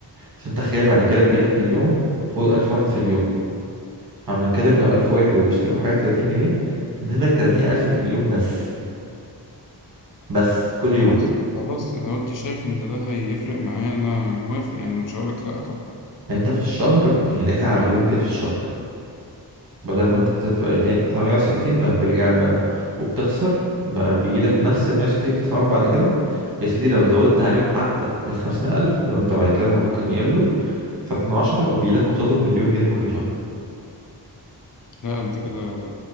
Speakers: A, on the right; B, on the left.
A: عشان تخيل بعد كده بيجيلك في اليوم فوق ألف واحد في اليوم عم نتكلم لو ألف واحد وبيشتروا حاجة تلاتين جنيه فبيديلك تلاتين ألف في اليوم بس بس كل يوم
B: خلاص خلاص لو انت شايف ان ده هيفرق معايا انا انا موافق يعني انا مش هقولك لا طبعا
A: انت في الشهر بت- يعني داخل على مليون جنيه في الشهر بدل ما
B: مم.
A: انت بتدفع يعني بتدفع 160 بقى بيرجع بقى وبتخسر بقى بيجيلك نفس ال 160 اللي بتدفعهم بعد كده يا سيدي لو زودت عليهم حتى ال 50000 لو انت بعد كده ممكن يقلوا فترة عشرة وبيجيلك قصادهم مليون جنيه كل شهر
B: لا انت كده